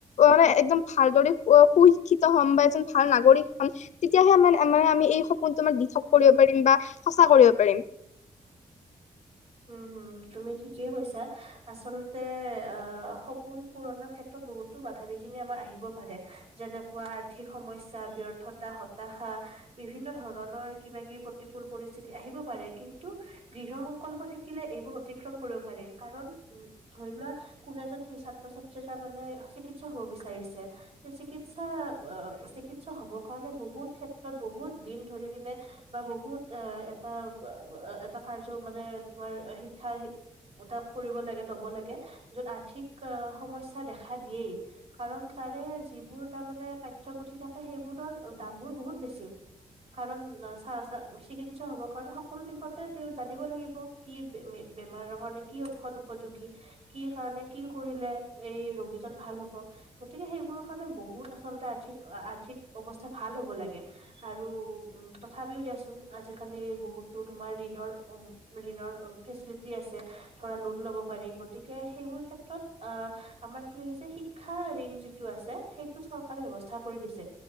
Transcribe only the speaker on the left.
অ একদম ভালদৰে সুশিক্ষিত হম বা এজন ভাল নাগৰিক হম তেতিয়াহে আমে মানে আমি এই তোমাৰ দিঠক
কৰিব পাৰিম বা সঁচা কৰিব পাৰিম,